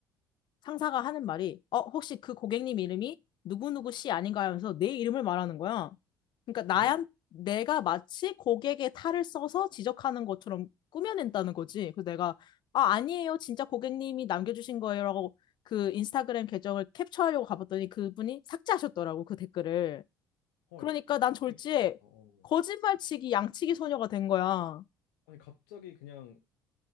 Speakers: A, on the left; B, on the left.
A: 상사가 하는 말이 어 혹시 그 고객님 이름이 누구누구 씨 아닌가 하면서 내 이름을 말하는 거야. 그러니까 나한
B: 응. 어?
A: 내가 마치 고객의 탈을 써서 지적하는 것처럼 꾸며낸다는 거지. 그래서 내가 아 아니에요 진짜 고객님이 남겨주신 거예요라고 그 인스타그램 계정을 캡처하려고 가봤더니 그분이 삭제하셨더라고 그 댓글을.
B: 헐,
A: 그러니까
B: 진짜
A: 난
B: 타격이
A: 졸지에
B: 좀- 어.
A: 거짓말치기
B: 어.
A: 양치기 소녀가 된 거야.
B: 아니 갑자기 그냥